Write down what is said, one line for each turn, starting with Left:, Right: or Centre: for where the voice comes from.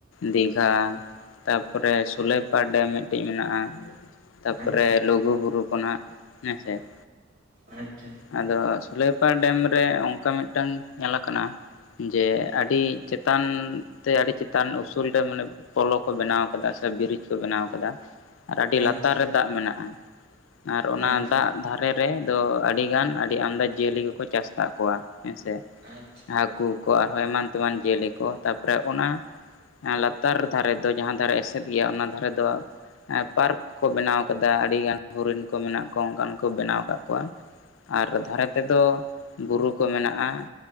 Left: ᱫᱤᱜᱷᱟ ᱾ ᱛᱟᱯᱚᱨᱮ ᱥᱳᱞᱮᱯᱟ ᱰᱮᱢ ᱢᱤᱫᱴᱮᱡ ᱢᱮᱱᱟᱜᱼᱟ ᱾ ᱛᱟᱯᱚᱨᱮ
Right: ᱟᱪᱪᱷᱟ
Left: ᱞᱩᱜᱩᱼᱵᱩᱨᱩ ᱠᱷᱚᱱᱟᱜ ᱦᱮᱸᱥᱮ ᱾
Right: ᱟᱪᱪᱷᱟ ᱾
Left: ᱟᱫᱚ ᱥᱳᱞᱮᱯᱟ ᱰᱮᱢ ᱨᱮ ᱚᱱᱠᱟ ᱢᱤᱫᱴᱟᱝ ᱧᱮᱞ ᱟᱠᱟᱱᱟ ᱼᱼ ᱡᱮ ᱟᱹᱰᱤ ᱪᱮᱛᱟᱱ ᱛᱮ ᱟᱹᱰᱤ ᱪᱮᱛᱟᱱ ᱩᱥᱩᱞ ᱨᱮ ᱢᱟᱱᱮ ᱼᱼ ᱯᱚᱞᱚ ᱠᱚ ᱵᱮᱱᱟᱣ ᱟᱠᱟᱫᱟ ᱥᱮ ᱵᱨᱤᱡᱽ ᱠᱚ ᱵᱮᱱᱟᱣ ᱟᱠᱟᱫᱟ ᱟᱨ ᱟᱹᱰᱤ
Right: ᱟᱪᱪᱷᱟ
Left: ᱞᱟᱛᱟᱨ ᱨᱮ ᱫᱟᱜ ᱢᱮᱱᱟᱜᱼᱟ ᱾ ᱟᱨ ᱚᱱᱟ
Right: ᱟᱪᱪᱷᱟ
Left: ᱫᱟᱜ ᱫᱷᱟᱨᱮ ᱨᱮᱫᱚ ᱟᱹᱰᱤ ᱜᱟᱱ ᱟᱹᱰᱤ ᱟᱢᱫᱟ ᱡᱤᱭᱟᱹᱞᱤ ᱠᱚᱠᱚ ᱪᱟᱥ ᱠᱟᱜ ᱠᱚᱣᱟ ᱾ ᱦᱮᱸᱥᱮ
Right: ᱟᱪᱪᱷᱟ
Left: ᱦᱟᱹᱠᱩ ᱠᱚ ᱟᱨᱦᱚᱸ ᱮᱢᱟᱱ ᱛᱮᱢᱟᱱ ᱡᱤᱭᱟᱹᱞᱤ ᱠᱚ ᱛᱟᱨᱯᱚᱨᱮ ᱚᱱᱟ ᱞᱟᱛᱟᱨ ᱫᱷᱟᱨᱮ ᱫᱚ ᱡᱟᱦᱟᱸ ᱫᱷᱟᱨᱮ ᱮᱥᱮᱫ ᱜᱮᱭᱟ ᱚᱱᱟ ᱫᱷᱟᱨᱮ ᱫᱚ ᱯᱟᱨᱠ ᱠᱚ ᱵᱮᱱᱟᱣ ᱟᱠᱟᱫᱟ ᱟᱹᱰᱤ ᱜᱟᱱ ᱦᱚᱨᱤᱱ ᱠᱚ ᱢᱮᱱᱟᱜ ᱠᱚᱣᱟ ᱚᱱᱠᱟᱱ ᱠᱚ ᱵᱮᱱᱟᱣ ᱟᱠᱟᱫ ᱠᱚᱣᱟ ᱟᱨ ᱫᱷᱟᱨᱮ ᱛᱮᱫᱚ ᱵᱩᱨᱩ ᱠᱚ ᱢᱮᱱᱟᱜᱼᱟ